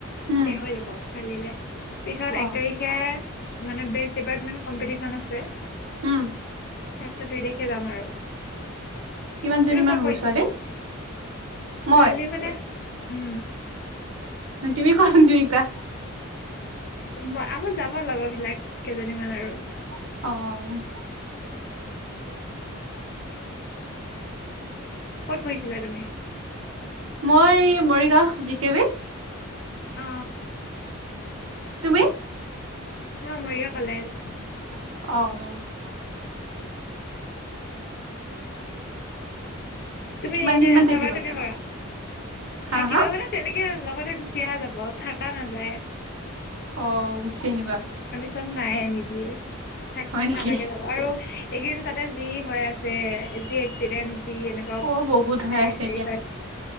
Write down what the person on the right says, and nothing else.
উম
অ
হ'ম।
কিমানজনী
মান
হ'ব
ছোৱালী? মই
তুমি কোৱাচোন, দুইটা।
অহ'।
মই মৰিগাঁও জি কে বি
তুমি
অহ,
কিমান
দিন মান
থাকিবা?
হা
হা
অ গুচি আহ আহিবা
হয় নেকি?
অ বহুত
হৈ
আছে দিয়া